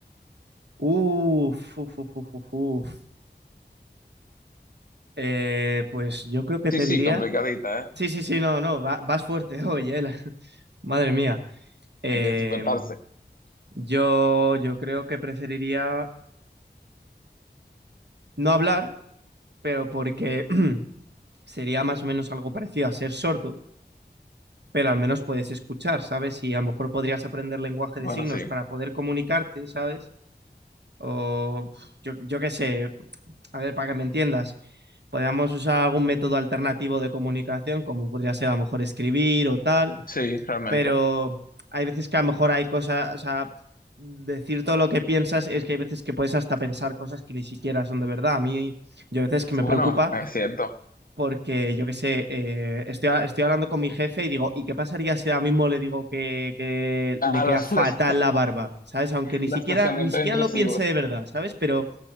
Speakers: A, on the right; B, on the left.
A: Uf, uf, uf, uf, uf, uf. Eh, pues yo creo que te
B: Sí, sí,
A: diría.
B: complicadita, ¿eh?
A: Sí, sí, sí, no, no, va- vas fuerte <laughs> hoy, eh. la- <laughs> Madre mía. Eh,
B: Hay que despertarse.
A: yo, yo creo que preferiría no hablar, pero porque <clears throat> sería más o menos algo parecido a ser sordo, pero al menos puedes escuchar, ¿sabes? Y a lo mejor podrías aprender lenguaje
B: Bueno,
A: de signos
B: sí,
A: para poder comunicarte, ¿sabes? O yo, yo qué sé, a ver, para que me entiendas, podríamos usar algún método alternativo de comunicación, como podría ser a lo mejor escribir o tal
B: sí, realmente.
A: pero hay veces que a lo mejor hay cosas, o sea, decir todo lo que piensas es que hay veces que puedes hasta pensar cosas que ni siquiera son de verdad. A mí, yo a veces que me
B: Bueno,
A: preocupa
B: es cierto.
A: porque yo qué sé, eh, estoy, estoy hablando con mi jefe y digo, ¿y qué pasaría si ahora mismo le digo que, que le
B: A
A: queda
B: los,
A: fatal
B: <laughs> los,
A: la barba? ¿Sabes? Aunque ni
B: los
A: siquiera,
B: pensamientos
A: ni siquiera
B: intrusivos.
A: lo piense de verdad, ¿sabes? Pero